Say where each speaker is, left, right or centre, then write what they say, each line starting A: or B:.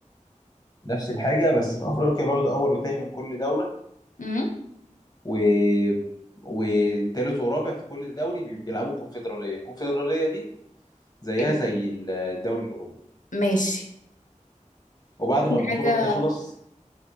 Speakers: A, on the left; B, on the left.
A: نفس الحاجه بس في افريقيا برضه اول وتاني من كل دوره
B: امم
A: و وتالت ورابع في كل دوري بي- بيلعبوا الكونفدراليه الكونفدراليه دي زيها
B: إيه بقى؟
A: زي الدوري الاوروبي
B: ماشي
A: وبعد
B: وفي
A: ما البطوله
B: حاجة
A: بتخلص